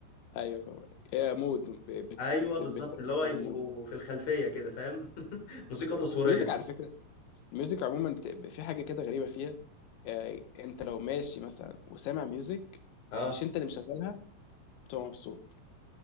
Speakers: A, on the left; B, on the left.
A: ايوه فاهم هي مود بت
B: ايوه
A: بت
B: بالظبط
A: بت بت
B: اللي
A: بتكون
B: هو يبقوا
A: مود.
B: في الخلفيه كده فاهم <laughs> موسيقى تصويريه
A: ميوزك على فكرة الميوزك عموما بت- في حاجة كده غريبة فيها آه، انت لو ماشي مثلا وسامع ميوزك
B: اه
A: مش انت اللي مشغلها بتبقى مبسوط